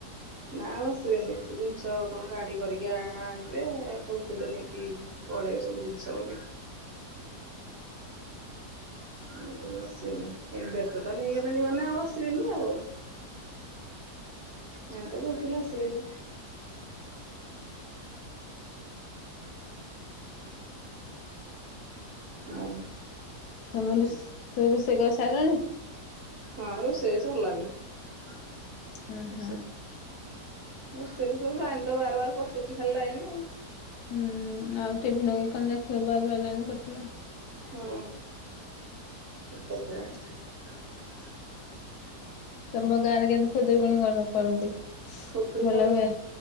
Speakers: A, on the right (about 65°); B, on the left (about 70°).
A: ନା ଆଉ ଆସିବେନି ସେ ଜିନିଷ କଣ ଗାଡି କରିକି ଆଣିବେ କହୁଥିଲେ ନେଇକି ପଳେଇ ସବୁ ଜିନିଷ ବୋଲି। ଆଉ ଆସିବେନି ଇନଭଟର ଟା ନେଇଗଲେଣି ମାନେ ଆଉ ଆସିବେନି ଆଉ। ନାଇଁ ତ କୋଉଥିଲେ ଆସିବେନି। ହୁଁ।
B: ତମେ ରୁ ତମେ ରୋଷେଇ କରିସାରିଲଣି?
A: ହଁ ରୁଷେଇ ସଲାଆଣି <unintelligible>
B: ହୁଁ ହୁଁ।
A: ରୋସେଇ ସବୁ ଲାଇନ ତ ବାର ବାର କଟୁଛି ଖାଲି ଲାଗନି ଆଉ।
B: ହୁଁ ଆଉ ଟଭି ନଗେଇକି କଣ ଦେଖିବ ବାର ବାର ଲାଇନି କଟିଲା।
A: ହଁ ଆ ଗତ <unintelligible>
B: ତମ ଗାଁ ରେ କେମିତି ଖୁଦୁରୁ କୁଣୀ କରନ୍ତି?
A: ଖୁଦରୁକୁଣ
B: ଭଲ ହୁଏ?